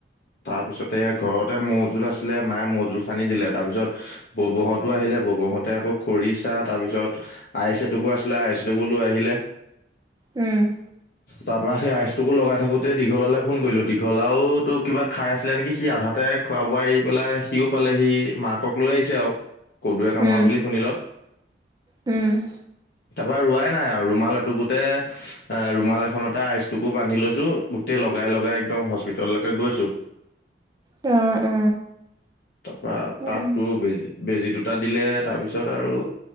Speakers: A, on the left; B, on the right.
A: তাৰ পিছতে ঘৰতে মৌজোল আছিলে মায়ে মৌজোল সানি দিলে তাৰপিছত ববহঁতো আহিলে ববহঁতে আকৌ খৰিচা তাৰপিছত আইছ এটোকো আছিলে আইছ এটোকো লৈ আহিলে
B: উম
A: তাৰ পৰা সেই আইচটোকো লগাই থাকোতে দীঘলালৈ ফোন কৰিলো দীঘলাওতো কিবা খাই আছিলে নেকি সি আধাতে খোৱা বোৱা এৰি পেলাই সিও পালে সি মাকক লৈ আহিছে আও কদুৱে কামোৰা
B: উম
A: বুলি শুনিলত
B: উম
A: তাৰপৰা ৰোৱাই নাই আৰু ৰুমাল এটুকোতে এ ৰুমাল এখনতে আইচটোকো বান্ধি লৈ ছো গোটেই লগাই লগাই একদম হস্পিতললৈকে গৈছো
B: অ অ
A: তাপা
B: উম
A: তাততো বেজি বেজি দুটা টা দিলে তাৰপিছত আৰু